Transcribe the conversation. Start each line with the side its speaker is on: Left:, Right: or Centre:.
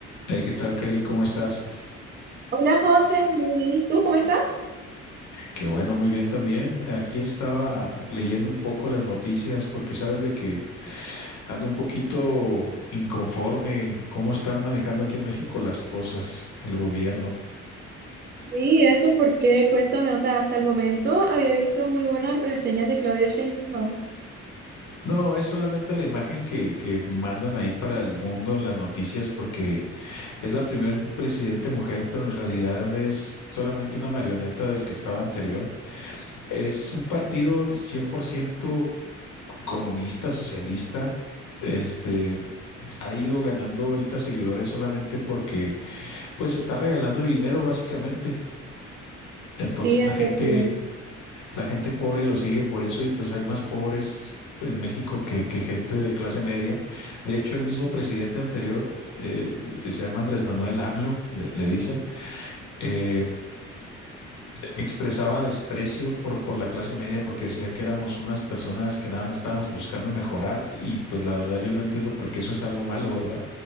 Left: Hey, ¿qué tal, Kelly? ¿Cómo estás?
Right: Hola José, muy bien. ¿Y tú cómo estás?
Left: Qué bueno, muy bien también. Aquí estaba leyendo un poco las noticias porque sabes de que ando un poquito inconforme cómo están manejando aquí en México las cosas, el gobierno.
Right: Sí, eso porque cuéntame, o sea, hasta el momento había visto muy buenas reseñas de Claudia Sheinbaum.
Left: No, es solamente la imagen que, que mandan ahí para el mundo en las noticias porque es la primer presidente mujer, pero en realidad es solamente una marioneta del que estaba anterior. Es un partido 100% comunista, socialista. Este, ha ido ganando ahorita seguidores solamente porque pues está regalando dinero básicamente. Entonces
Right: Sí, en
Left: la gente,
Right: serio.
Left: la gente pobre lo sigue por eso y pues hay más pobres en México que, que gente de clase media. De hecho, el mismo presidente anterior, eh, se llama Andrés Manuel AMLO, le, le dicen, eh, expresaba desprecio por, por la clase media porque decía que éramos unas personas que nada más estábamos buscando mejorar y pues la verdad yo no entiendo por qué eso es algo malo, ¿verdad?